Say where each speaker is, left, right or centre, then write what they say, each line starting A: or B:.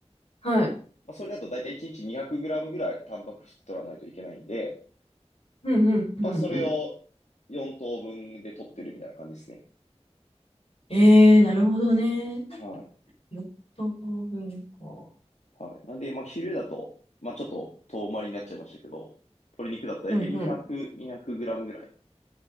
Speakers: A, on the left (about 55°); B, on the left (about 80°).
A: はい。
B: まあ、それだと大体1日200グラムぐらいタンパク質取らないといけないんで、
A: ふんふんふんふん。
B: まあそれを4等分で取ってるみたいな感じですね。
A: ええなるほどね。
B: はい。
A: 4等分か。
B: はい。なんで、まあ昼だと、まあちょっと遠回りになっちゃいましたけど、鶏肉だと大体200、
A: うんうん。
B: 200グラムぐらい